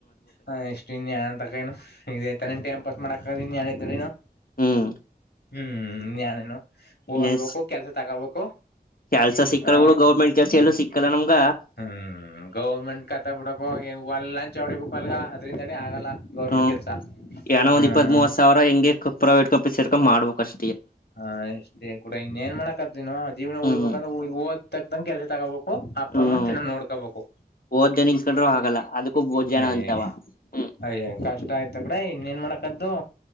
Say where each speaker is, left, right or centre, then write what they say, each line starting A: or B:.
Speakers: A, on the left; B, on the left.
A: ಹ ಎಷ್ಟು ಇನ್ಯ ಅಂತಕನು ಇದೇ ತ ಟೈ್ಾಸ್ ಮಾಡಕ ಇನ್ಯಾ ಇದ
B: ಹ್ಮ್
A: ಹ್ಮ್ ನಾನೇನು ಓದ್ಬೇಕು
B: ಇನ್ನೇನ್
A: ಕೆಲ್ಸ ತಗೋಬೇಕು
B: ಕೆಲ್ಸ ಸಿಕ್ಕಲ್ಡು
A: ಆ
B: ಗೌರ್ಮೆಂಟ್ ಕೆಲ್ಸ ಎಲ್ಲೂ ಸಿಕ್ಕಲ್ಲ ನಮ್ಗ
A: ಹ್ಮ್ ಗೌರ್ಮೆಂಟ್ ಕತ್ತ ಬಿಡಕ ಒ ಲಂಚ್ ಹೊಡಿಬೇಕುಕ್ ಅಲ್ಗ ಅದ್ರಿಂದ ಅಡಿ ಆಗಲ್ಲ ಗೌರ್ಮೆಂಟ್
B: ಹ್ಮ್
A: ಕೆಲ್ಸ
B: ಏನೋ
A: ಹ್ಮ
B: ಒಂದ್ ಇಪ್ಪತ್ ಮೂವತ್ ಸಾವಿರ ಹೆಂಗೆ ಪ್ರೈವೇಟ್ ಕಂಪನಿ ಸೇರ್ಕ ಮಾಡ್ಬೇಕಕ್ಷ್ಟ
A: ಹಾ ಅಷ್ಟೇ ಕೂಡ ಇನ್ನೇಏನ್ ಮಾಡಾಕದನು ಜೀವನ ಉಳಳ್ಬೇಕಂದ್ರೆಓದ್
B: ಹ್ಮ್
A: ತಗ್ದಂದ ಕೆಲಸ ತಗೋಬಬೇಕು ಅಪ್ಪ
B: ಹ್ಮ್
A: ಅಮ್ಮನ ಚೆನ್ನಾಗ್ ನೋಡ್ಕೋಬೇಕು
B: ಓದ್ ಜನ ಇಸ್ಕೊಂಡ್ರು ಆಗಲ್ಲ ಅದಕ್ಕೂ ಬೋದ್ ಜನ
A: ಯ್
B: ಅಂತಾವ ಹ್ಮ್
A: ಅಯ್ ಕಷ್ಟ ಆಯ್ತ ಕಡೆ ಇನ್ನೇಏನ್ ಮಾಡ ಕ್ದ